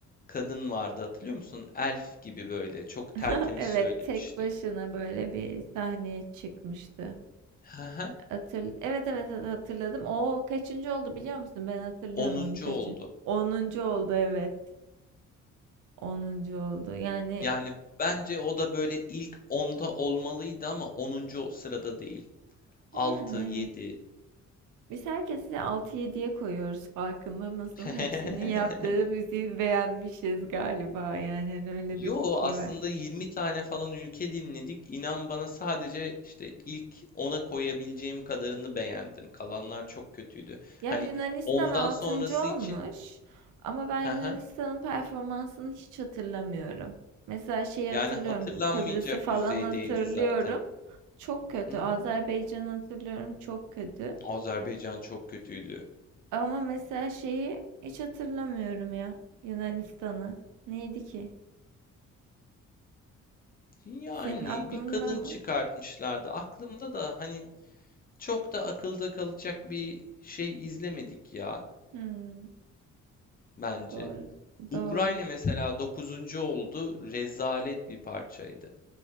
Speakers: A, on the left; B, on the right.
A: kadın vardı hatırlıyor musun? Elf gibi böyle çok
B: <laughs>
A: tertemiz
B: Evet
A: söylemişti.
B: tek başına böyle bir sahneye çıkmıştı.
A: Hı hı.
B: Hatır, evet evet hat- hatırladım. O kaçıncı oldu biliyor musun? Ben hatırlıyorum
A: 10.
B: onun kaçıncı.
A: oldu.
B: Onuncu oldu evet. Onuncu oldu. Yani
A: Yani bence o da böyle ilk onda olmalıydı ama onuncu sırada değil. Altı
B: yani
A: yedi.
B: evet. Biz herkesi altı yediye koyuyoruz farkında mısın?
A: <laughs>
B: Hepsinin yaptığı müziği beğenmişiz galiba. Yani hani öyle
A: Yo
B: de bir şey
A: aslında
B: var.
A: 20 tane falan ülke dinledik. İnan bana sadece işte ilk ona koyabileceğim kadarını beğendim. Kalanlar çok kötüydü.
B: Ya
A: Hani
B: Yunanistan
A: ondan
B: 6.
A: sonrası
B: olmuş
A: için
B: ama ben
A: <laughs> hı
B: Yunanistan'ın
A: hı,
B: performansını hiç hatırlamıyorum. Mesela şeyi
A: yani
B: hatırlıyorum,
A: hatırlanmayacak
B: bu Kıbrıs'ı falan
A: düzeydeydi
B: hatırlıyorum.
A: zaten.
B: Çok kötü.
A: Hı hı.
B: Azerbaycan'ı hatırlıyorum, çok kötü.
A: Azerbaycan çok kötüydü.
B: Ama mesela şeyi hiç hatırlamıyorum ya Yunanistan'ı. Neydi ki?
A: Yani
B: Senin aklında
A: bir kadın
B: mı?
A: çıkartmışlardı. Aklımda da hani çok da akılda kalacak bir şey izlemedik ya
B: Hmm,
A: bence.
B: doğru,
A: Ukrayna
B: doğru.
A: mesela 9. oldu. Rezalet bir parçaydı.